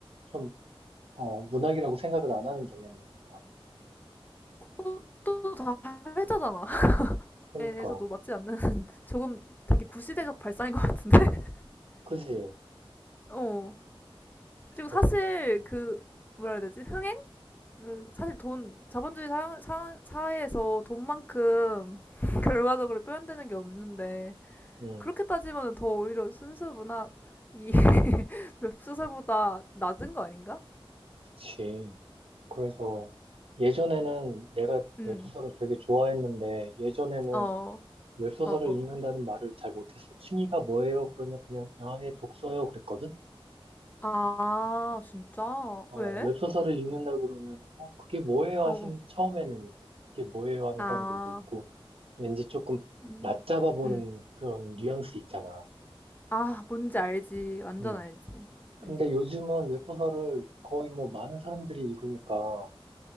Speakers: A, on the right (about 70°); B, on the left (about 20°).
A: 좀, 어, 문학이라고 생각을 안 하는 경향이 있는 것 같아.
B: 그것도 다 회자잖아. <laughs>
A: 그니까,
B: 에서도 맞지 않는 <laughs> 조금 되게 구시대적 발상인 것 같은데? <laughs>
A: 그지?
B: 어. 그리고
A: 어떻게,
B: 사실 그, 뭐라 해야 되지? 흥행? 그 사실 돈, 자본주의 사, 사, 사회에서 돈만큼 결과적으로 표현되는 게 없는데
A: 음,
B: 그렇게 따지면 더 오히려 순수 문학이 <laughs> 웹소설보다 낮은 거 아닌가?
A: 그치. 그래서 예전에는 내가
B: 음.
A: 웹소설을 되게 좋아했는데, 예전에는
B: 어.
A: 웹소설을
B: 어, 어.
A: 읽는다는 말을 잘 못했어. 취미가 뭐예요? 그러면 그냥, 아, 예, 독서요. 그랬거든?
B: 아, 진짜?
A: 어,
B: 왜?
A: 웹소설을 읽는다 그러면, 어, 그게 뭐예요? 하신,
B: 어, 어.
A: 처음에는 이제, 그게 뭐예요? 하는
B: 아.
A: 사람들도 있고, 왠지 조금
B: 음.
A: 낮잡아 보는
B: 음.
A: 그런 뉘앙스 있잖아.
B: 아, 뭔지 알지. 완전
A: 음.
B: 알지.
A: 근데
B: 음.
A: 요즘은 웹소설을 거의 뭐 많은 사람들이 읽으니까,